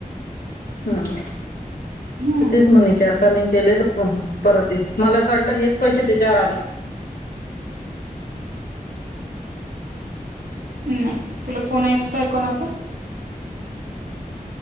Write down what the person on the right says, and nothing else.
हम्म
नाही तुला फोन येतोय कोणाचा-